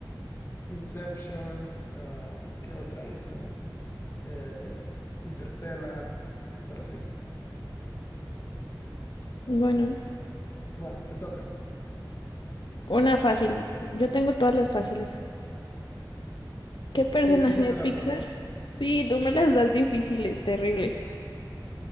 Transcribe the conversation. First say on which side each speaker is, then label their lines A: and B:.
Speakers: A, on the left; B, on the left.
A: Inception, ah, ¿qué otra hizo? Eh, Interstellar, pero sí.
B: Bueno,
A: Bueno, te toca.
B: una fácil. Yo tengo todas las fáciles. ¿Qué personaje
A: Qué difícil
B: de
A: te
B: Pixar?
A: la he puesto.
B: Sí, tú me las das difíciles, terrible.